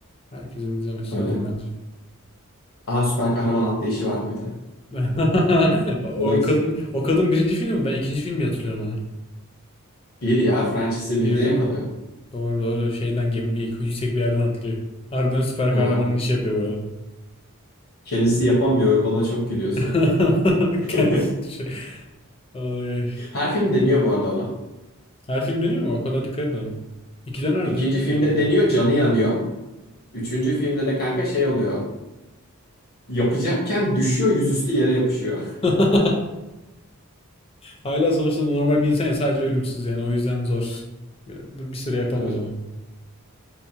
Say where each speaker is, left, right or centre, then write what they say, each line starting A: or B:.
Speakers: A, on the left; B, on the left.
A: Herkesin izlemesi
B: Öyle.
A: lazım bence.
B: Aa süper kahraman atlayışı vardı bir de.
A: <laughs> O
B: O da
A: o kadın o kadın birinci filmi mi? Ben ikinci filmi hatırlıyorum onu.
B: bir ya Francis'i
A: Bir
B: bir de yakalıyor.
A: değil mi? Doğru doğru. Şeyden gemi bir yüksek bir yerden atlıyor. Harbiden süper
B: Ha,
A: kahramanın işi yapıyor böyle.
B: kendisi yapamıyor ona çok gülüyorsun.
A: <laughs>
B: <laughs>
A: Kendisi düşüyor. Ay.
B: Her film deniyor bu arada onu.
A: Her film dönüyor mu? O kadar dikkat etmedim. İki döner
B: İkinci
A: de yapıyor
B: filmde
A: ki acaba.
B: deniyor canı yanıyor. Üçüncü filmde de kanka şey oluyor. Yapacakken düşüyor yüzüstü yere yapışıyor.
A: <laughs> Hala sonuçta normal bir insan ya sadece ölümsüz yani o yüzden zor. Bir, bir süre yapamaz
B: <laughs> Tabii.
A: onu.